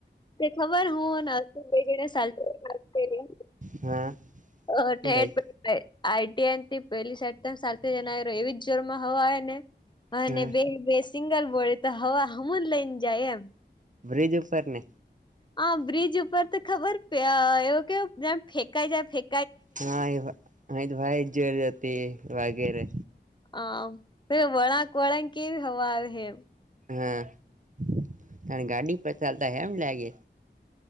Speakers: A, on the left; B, on the right.
A: તે ખબર હોનું <unintelligible>
B: હા
A: અ
B: શું
A: ઠેઠ
B: થાય
A: પે આઈટીઆઈથી પેલી સાઈટ ત સાથે જણાય એવી જ જોરમાં હવા આવે ને અને
B: હા
A: બે બે સિંગલ બોર્ડ તો હવા હમું જ લઈને જાય એમ
B: બ્રિજ ઉપર ને
A: હ બ્રિજ ઉપર તો ખબર એવ કે ફેંકાઈ જાય ફે
B: હા એ હ તો ભાઈ જ જો હતી વાગેરે
A: આમ પે વળાંક વળાક કેવી હવા આવે હે
B: હા ત ગાડી પર ચાલતા એમ લાગે